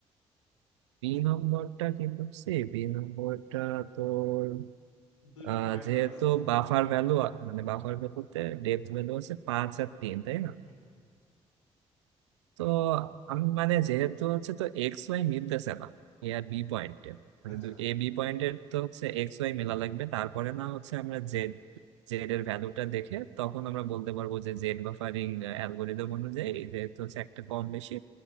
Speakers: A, on the right (about 80°); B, on the left (about 85°).
A: বি নম্বরটা কি করছি বি নম্বরটা তোর
B: দুইটা
A: আহ,
B: পয়েন্ট
A: যেহেতু
B: দেওয়া আছে
A: বাফার ভ্যালু মানে বাফার ভ্যালুতে ডেপথ ভ্যালু হচ্ছে পাঁচ আর তিন তাই না
B: হুম হুম হুম।
A: তো আমি মানে যেহেতু হচ্ছে তো এক্স ওয়াই মিলতেছে না এ আর বি পয়েন্টে মানে
B: আচ্ছা
A: দু- এ বি পয়েন্টের তো হচ্ছে এক্স ওয়াই মেলা লাগবে তারপরে না হচ্ছে আমরা জেড জেড এর ভ্যালুটা দেখে তখন আমরা বলতে পারবো যে জেড বাফারিং অ্যালগোরিদম অনুযায়ী যেহেতু হচ্ছে একটা কম বেশি